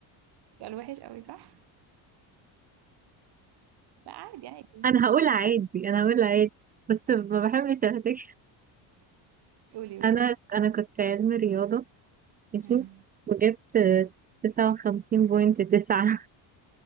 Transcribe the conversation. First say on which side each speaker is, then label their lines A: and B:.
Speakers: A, on the right (about 60°); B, on the right (about 20°).
A: سؤال وحش قوي صح لا عادي عادي
B: انا هقول عادي انا هقول عادي بس ما بحبش اهتك
A: قولي قولي
B: انا انا كنت علم رياضة ماشي
A: امم
B: وجبت تسعة وخمسين بوينت تسعة